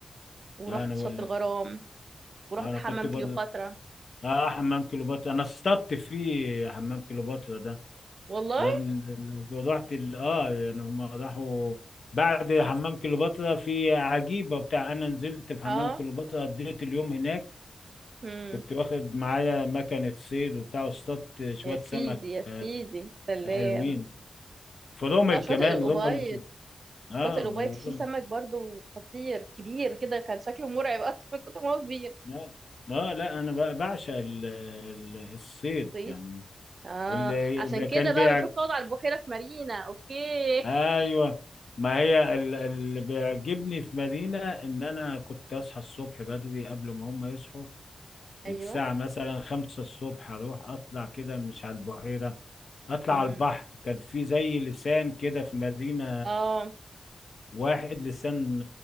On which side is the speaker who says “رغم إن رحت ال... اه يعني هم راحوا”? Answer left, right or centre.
Left